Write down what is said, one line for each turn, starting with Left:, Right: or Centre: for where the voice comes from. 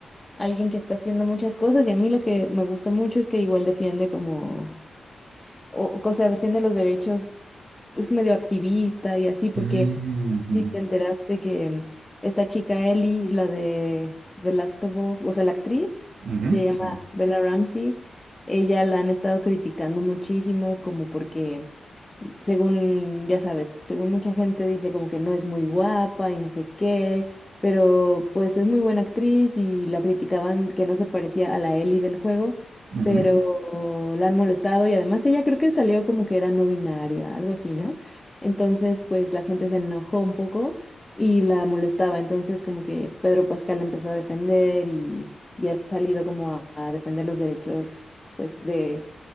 Left: alguien que está haciendo muchas cosas y a mí lo que me gusta mucho es que igual defiende como, o, o sea, defiende los derechos, es medio activista y así, porque
Right: ujú,
Left: si te enteraste que esta chica Ellie, la de The Last of Us, o sea, la actriz,
Right: ujú,
Left: se llama
Right: ujú,
Left: Bella Ramsey, ella la han estado criticando muchísimo como porque según, ya sabes, según mucha gente dice como que no es muy guapa y no sé qué, pero pues es muy buena actriz y la criticaban que no se parecía a la Ellie del juego,
Right: ujú,
Left: pero la han molestado y además ella creo que salió como que era no binaria, algo así, ¿no? Entonces, pues la gente se enojó un poco y la molestaba, entonces como que Pedro Pascal la empezó a defender y ya ha salido como a, a defender los derechos, pues de